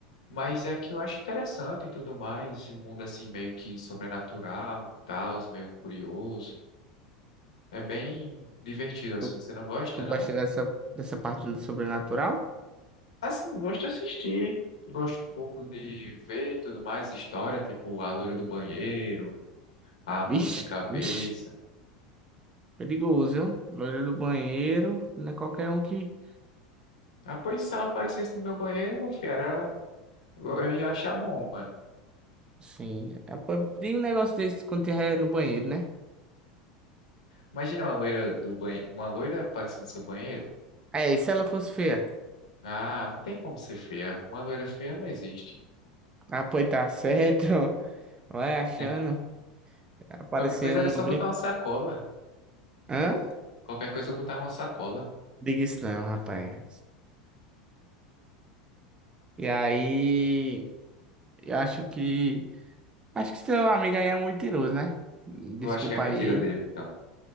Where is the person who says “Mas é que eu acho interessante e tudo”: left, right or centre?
Left